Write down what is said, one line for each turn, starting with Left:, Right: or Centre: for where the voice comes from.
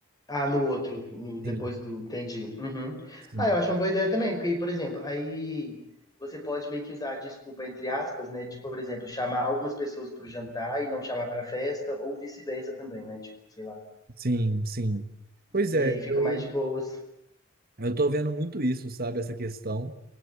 Left: Ah, no outro, no- depois
Right: Sim,
Left: do. Entendi. Uhum.
Right: sim,
Left: Ah, eu acho uma boa ideia também, porque, por exemplo, aí você pode meio que usar a desculpa entre aspas, né? De, por exemplo, chamar algumas pessoas para o jantar e não chamar para a festa, ou vice-versa também, né? Tipo, sei lá.
Right: sim, sim. Pois
Left: E
Right: é,
Left: aí fica
Right: eu,
Left: mais de boas.
Right: eu tô vendo muito isso, sabe, essa questão.